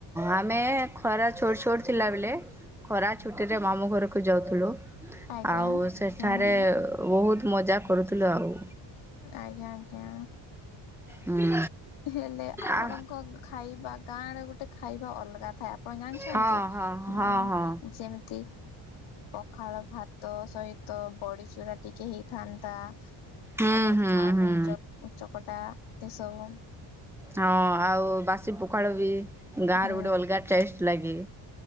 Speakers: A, in the centre; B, on the left.
A: ଆମେ ଖରା ଛୋଟ ଛୋଟ। ଥିଲା ବେଳେ ଖରା ଛୁଟି ରେ ମାମୁଁ ଘରକୁ ଯାଉଥିଲୁ।
B: ଆଜ୍ଞା
A: ଆଉ ସେଠାରେ
B: ହଁ ମ୍ୟାଡ଼ାମ
A: ବହୁତ। ମଜା କରୁଥିଲୁ ଆଉ।
B: ଆଜ୍ଞା ଆଜ୍ଞା।
A: ହୁଁ
B: ହେଲେ। ଆପଣଙ୍କ
A: ଆ
B: ଖାଇବା ଗାଁରେ ଗୋଟେ ଖାଇବା ଅଲଗା। ଲାଥା। ପଣ ଜାଣିଛନ୍ତି
A: ହଁ ହଁ ହଁ
B: ଅ
A: ହଁ
B: ଯେମିତି। ପଖାଳ ଭାତ ସହିତ ବଡି ଚୂୁରା ଟିକେ ହେଇଥାନ୍ତା।
A: ହୁଁ
B: ମାନେ
A: ହୁଁ
B: ଆଲୁ
A: ହୁଁ।
B: ଚ ଚକଟା। ଏସବୁ।
A: ହଁ ଆଉ ବାସି ପୋଖାଳ ବି। ଗାଁର
B: ହୁଁ
A: ଗୁଟ ଅଲଗା ଟେଷ୍ଟ ଲାଗେ।